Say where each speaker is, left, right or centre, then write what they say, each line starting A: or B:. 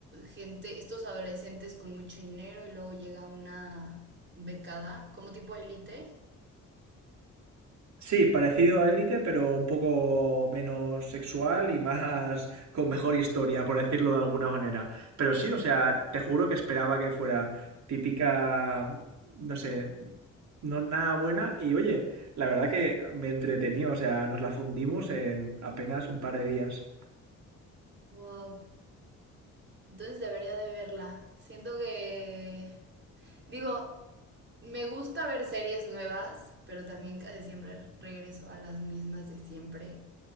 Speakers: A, on the right; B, on the right.
A: gente, estos adolescentes con mucho dinero y luego llega una becada, como tipo élite.
B: Sí, parecido a Élite, pero un poco menos sexual y más <laughs> con mejor historia, por decirlo de alguna manera. Pero sí, o sea, te juro que esperaba que fuera típica, no sé, no, nada buena. Y oye, la verdad que me entretení, o sea, nos la fundimos en apenas un par de días.
A: Wow. Entonces debería de verla. Siento que, digo, me gusta ver series nuevas, pero también casi siempre regreso a las mismas de siempre.